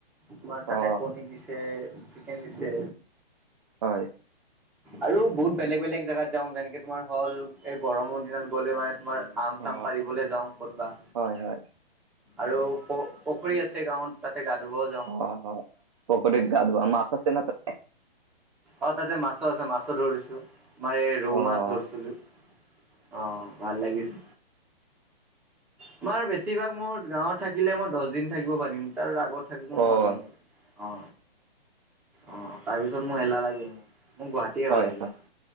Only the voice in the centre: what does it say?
তোমাৰ তাতে
কণী দিছে চিকেন দিছে।
আৰু বহুত বেলেগ বেলেগ জেগাত যাওঁ যেনেকে তোমাৰ হ'ল এই গৰমৰ দিনত গ'লে মানে তোমাৰ আম চাম
পাৰিবলে যাওঁ ক'তবা
আৰু প পুখুৰী আছে গাঁৱত। তাতে গা ধুবজ
অ তাতে মাছো আছে মাছো ধৰিছোঁ। তমাৰ এই ৰৌ
মাছ ধৰছিলো। অ ভাল লাগিছে। তোমাৰ বেছিভাগ মোৰ গাঁৱত থাকিলে মই দছ দিন থাকিব পাৰিম তাৰ আগত থাকিব
নোৱাৰো মোৰ। অ অ তাৰপিছত মোৰ হেলাহ লাগে মো। মো গুৱাহাটীয়ে
ভাল লাগে।